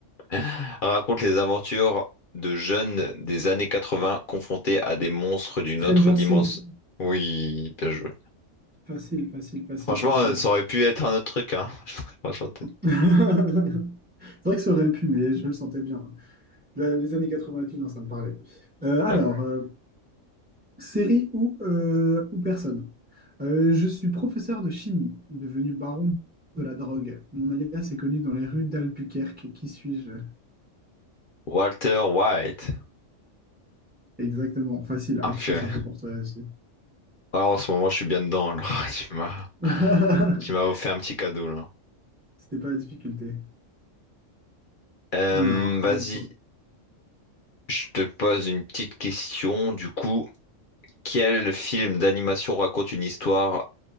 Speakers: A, on the left; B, on the right.
A: <laughs> Raconte les aventures de jeunes des années 80 confrontés à des monstres d'une
B: Stranger
A: autre dimension.
B: Things.
A: Oui, bien joué.
B: Facile, facile, facile,
A: Franchement,
B: facile.
A: euh, ça aurait pu être un autre truc, hein. <laughs> Franchement, t'es-
B: <laughs> C'est vrai que ça aurait pu, mais je le sentais bien. La- les années 80 et tout, non, ça me parlait. Euh, alors,
A: ouais.
B: euh, Série ou, euh, ou personne. Euh, je suis professeur de chimie, devenu baron de la drogue. Mon alias est connu dans les rues d'Albuquerque. Qui suis-je?
A: Walter White.
B: Exactement. Facile, un
A: Ah,
B: peu
A: purée.
B: trop simple pour toi aussi.
A: Ah, en ce moment, je suis bien dedans. Alors, <laughs> tu m'as,
B: <laughs>
A: tu m'as offert un petit cadeau là.
B: C'était pas la difficulté.
A: Euh,
B: Alors, à
A: vas-y,
B: mon tour.
A: je te pose une petite question. Du coup, quel film d'animation raconte une histoire